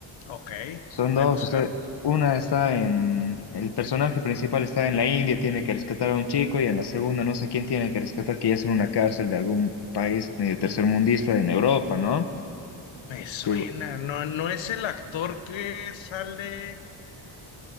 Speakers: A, on the left; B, on the left.
A: Ok,
B: Son dos,
A: voy a buscar.
B: o sea, una está en, el personaje principal está en la India, tiene que rescatar a un chico, y en la segunda no sé quién tiene que rescatar, que ya es en una cárcel de algún país medio tercermundista en Europa, ¿no?
A: Me suena,
B: Que
A: no, no es el actor que sale